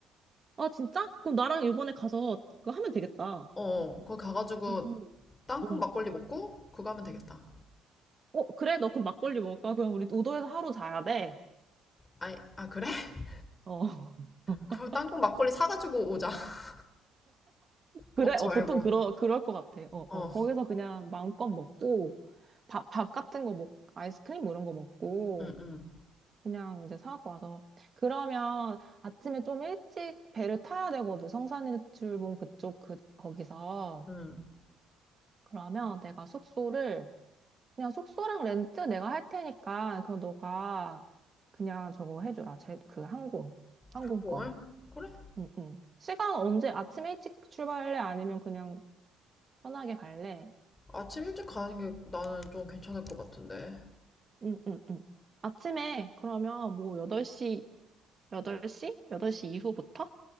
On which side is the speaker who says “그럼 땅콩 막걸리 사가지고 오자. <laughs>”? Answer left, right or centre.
Left